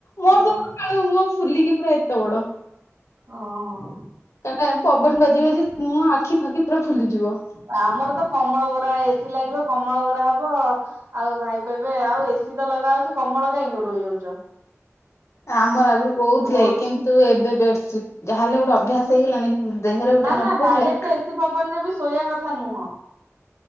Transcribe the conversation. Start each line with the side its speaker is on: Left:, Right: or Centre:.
Left: ମୋର
Right: ହଁ
Left: ତ ସକାଳୁ ମୁହଁ ଫୁଲିକି ପୁରା ଏତେ ବଡ।
Right: ଓ ଅ।
Left: କାଇଁନା ପବନ ବାଜିି ବାଜି ମୁହଁ ଆଖି ଫାଖି ପୁରା ଫୁଲିଯିବ।
Right: ଆମର ତ କମଳ ଘୋରା ଏସି ଲାଗିବ କମଳ ଘୋରା ହବ ଆଉ ଭାଇ କହିବେ ଆଉ ଏ ଏସି ତ ଲଗା ହଉଛି କମଳ କାଇଁ ଘୋରେଇ ହୋଉଚ।
Left: ଆମର ଆଗରୁ କହୁଥିଲେ
Right: ହଉଛି
Left: କିନ୍ତୁ ଏବେ ବେଡସି ଯାହାହେଲେ ଗୋଟେ ଅଭ୍ୟାସ ହେଇଗଲାଣି ଦେହରେ ଗୋଟେ
Right: ନା
Left: ନ
Right: ନା
Left: ପଡିଲେ
Right: ଡାଇରେକ୍ଟ ଏସି ପବନ ରେ ବି ଶୋଇବା କଥା ନୁହଁ।